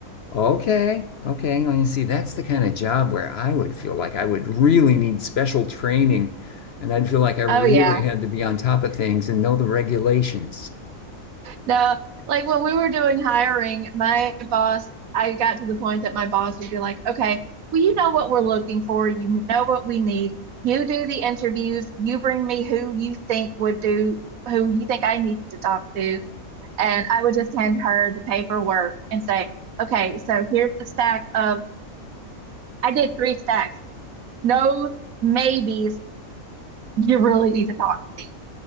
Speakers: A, on the left; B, on the right.
A: Okay. Okay. Well, you see, that's the kind of job where I would feel like I would really need special training and I'd feel like I really
B: Oh yeah.
A: had to be on top of things and know the regulations.
B: No, like when we were doing hiring, my boss, I got to the point that my boss would be like, okay, well, you know what we're looking for. You know what we need. You do the interviews. You bring me who you think would do, who you think I need to talk to. And I would just hand her the paperwork and say, okay, so here's the stack of, I did three stacks No's, maybes. You really need to talk to me.